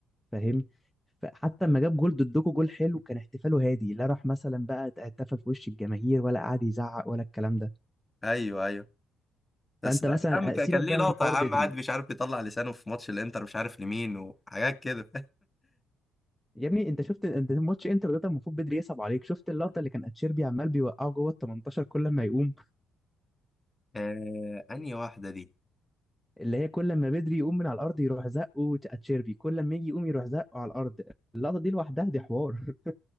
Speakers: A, in the centre; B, on the left.
A: فاهم فحتى لما جاب جول ضدكوا جول حلو كان احتفاله هادي لا راح مثلا بقى احتفل في وش الجماهير ولا قعد يزعق ولا الكلام ده
B: ايوه ايوه بس
A: فانت
B: لا
A: مثلا
B: يا عم كان
A: سيبك
B: كان ليه
A: بقى
B: لقطه
A: من حوار
B: يا عم
A: بدري
B: قاعد مش عارف يطلع لسانه في ماتش الانتر مش عارف لمين وحاجات كده
A: يا ابني انت شفت انت ماتش انتر ده كان المفروض بدري يصعب عليك شفت اللقطه اللي كان اتشيربي عمال بيوقعه جوه ال 18 كل ما يقوم
B: <laughs> آه انهي واحده دي
A: اللي هي كل ما بدري يقوم من على الارض يروح زقه اتشيربي كل ما يجي يقوم يروح زقه على الارض اللقطه دي لوحدها دي حوار